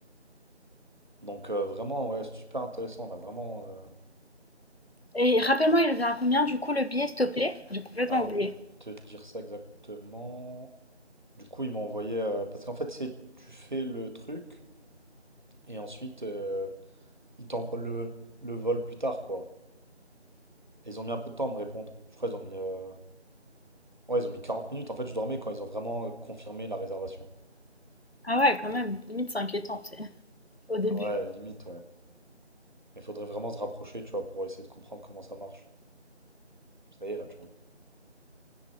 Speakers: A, on the right (about 45°); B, on the left (about 60°).
A: Donc euh, vraiment, ouais, c'est super intéressant. On a vraiment. euh,
B: Et rappelle-moi, il revient à combien du coup le billet, s'il te plaît? J'ai complètement
A: Alors,
B: oublié.
A: je vais te dire ça exactement. Du coup, ils m'ont envoyé. euh, Parce qu'en fait, c'est tu fais le truc et ensuite euh, ils t'envoient le... le vol plus tard, quoi. Et Ils ont mis un peu de temps à me répondre. Je crois qu'ils ont mis. euh, Ouais, ils ont mis 40 minutes. En fait, je dormais quand ils ont vraiment euh, confirmé la réservation.
B: Ah ouais, quand même, limite c'est inquiétant, tu au début.
A: Ah Ouais, limite, ouais. Mais il faudrait vraiment se rapprocher, tu vois, pour essayer de comprendre comment ça marche. Ça y est, là, tu vois.